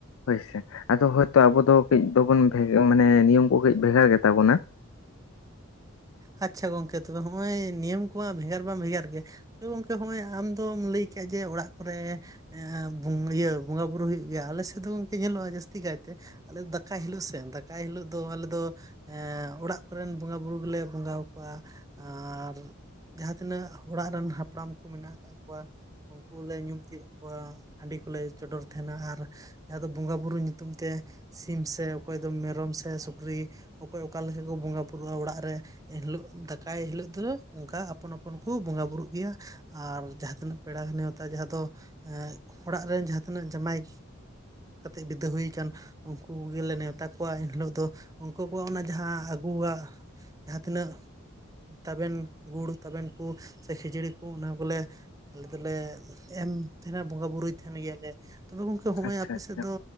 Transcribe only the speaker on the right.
ᱟᱪᱪᱷᱟ ᱜᱚᱝᱠᱮ ᱛᱚᱵᱮ ᱦᱚᱸᱜᱼᱚᱭ ᱱᱤᱭᱚᱢ ᱠᱚᱣᱟᱜ ᱵᱷᱮᱜᱟᱨ ᱵᱟᱝ ᱵᱷᱮᱜᱟᱨ ᱜᱮ, ᱛᱚᱵᱮ ᱜᱚᱝᱠᱮ ᱦᱚᱸᱜᱼᱚᱭ ᱟᱢᱫᱚᱢ ᱞᱟᱹᱭ ᱠᱮᱜ ᱡᱮ ᱚᱲᱟᱜ ᱠᱚᱨᱮ, ᱮ ᱤᱭᱟᱹ ᱵᱚᱸᱜᱟ ᱵᱩᱨᱩ ᱦᱩᱭᱩᱜ ᱜᱮᱭᱟ ᱟᱞᱮ ᱥᱮᱫ ᱫᱚ ᱜᱚᱝᱠᱮ ᱧᱮᱞᱚᱜᱼᱟ ᱡᱟᱹᱥᱛᱤ ᱠᱟᱭᱛᱮ, ᱟᱞᱮ ᱫᱟᱠᱟᱭ ᱦᱤᱞᱳᱜ ᱥᱮᱫ ᱫᱟᱠᱟᱭ ᱦᱤᱞᱳᱜ ᱫᱚ ᱟᱞᱮ ᱫᱚ ᱚᱲᱟᱜ ᱠᱚᱨᱮᱱ ᱵᱚᱸᱜᱟ ᱵᱩᱨᱩ ᱜᱮᱞᱮ ᱵᱚᱸᱜᱟᱠᱚᱣᱟ ᱾ᱟᱨ ᱡᱟᱦᱟᱸ ᱛᱤᱱᱟᱹᱜ ᱚᱲᱟᱜ ᱨᱮᱱ ᱦᱟᱯᱲᱟᱢ ᱠᱚ ᱢᱮᱱᱟᱜ ᱟᱠᱟᱫ ᱠᱚᱣᱟ, ᱩᱱᱠᱩ ᱞᱮ ᱧᱩᱢ ᱛᱤᱭᱳᱜ ᱠᱚᱣᱟ ᱦᱟᱺᱰᱤ ᱠᱚᱞᱮ ᱪᱚᱰᱚᱨ ᱛᱟᱦᱮᱱᱟ ᱟᱨ ᱡᱟᱦᱟᱸ ᱫᱚ ᱵᱚᱸᱜᱟ ᱵᱩᱨᱩ ᱧᱩᱛᱩᱢ ᱛᱮ ᱥᱤᱢ ᱥᱮ ᱚᱠᱚᱭ ᱫᱚ ᱢᱮᱨᱚᱢ ᱥᱮ ᱥᱩᱠᱨᱤ ᱚᱠᱚᱭ ᱚᱠᱟ ᱞᱮᱠᱟ ᱠᱚ ᱵᱚᱸᱜᱟ ᱵᱩᱨᱩᱜᱼᱟ ᱚᱲᱟᱜ ᱨᱮ ᱮᱱ ᱦᱤᱞᱳᱜ ᱫᱟᱠᱟᱭ ᱦᱤᱞᱳᱜ ᱫᱚ ᱚᱱᱠᱟ ᱟᱯᱚᱱ ᱟᱯᱚᱱ ᱠᱚ ᱵᱚᱸᱜᱟ ᱵᱩᱨᱩᱜ ᱜᱮᱭᱟ ᱟᱨ ᱡᱟᱦᱟᱸ ᱛᱤᱱᱟᱹᱜ ᱯᱮᱲᱟ ᱱᱮᱶᱛᱟ ᱡᱟᱦᱟᱸ ᱫᱚ ᱮ ᱚᱲᱟᱜ ᱨᱮᱱ ᱡᱟᱦᱟᱸ ᱛᱤᱱᱟᱹᱜ ᱡᱟᱟᱢᱟᱭ ᱠᱟᱛᱮᱫ ᱵᱤᱫᱟᱹᱭ ᱦᱩᱭ ᱟᱠᱟᱱ ᱾ ᱩᱱᱠᱩ ᱜᱮᱞᱮ ᱱᱮᱣᱛᱟ ᱠᱚᱣᱟ ᱮᱱᱦᱤᱞᱳᱜ ᱫᱚ ᱩᱱᱠᱩ ᱠᱚᱣᱟᱜ ᱚᱱᱟ ᱡᱟᱦᱟᱸ ᱟᱹᱜᱩᱣᱟᱜ ᱡᱟᱦᱟᱸ ᱛᱤᱱᱟᱹᱜ ᱛᱟᱵᱮᱱ ᱜᱩᱲ ᱛᱟᱵᱮᱱ ᱠᱚ ᱥᱮ ᱠᱷᱟᱡᱲᱤ ᱠᱚ ᱚᱱᱟ ᱠᱚᱞᱮ ᱟᱞᱮ ᱫᱚᱞᱮ ᱮᱢ ᱛᱟᱦᱮᱱᱟ ᱵᱚᱸᱜᱟ ᱵᱩᱨᱩᱭ ᱛᱟᱦᱮᱱ ᱜᱮᱭᱟᱞᱮ ᱾ ᱛᱚᱵᱮ ᱜᱚᱝᱠᱮ ᱦᱚᱜᱼᱚᱭ
ᱟᱯ
ᱥᱮᱫ ᱫᱚ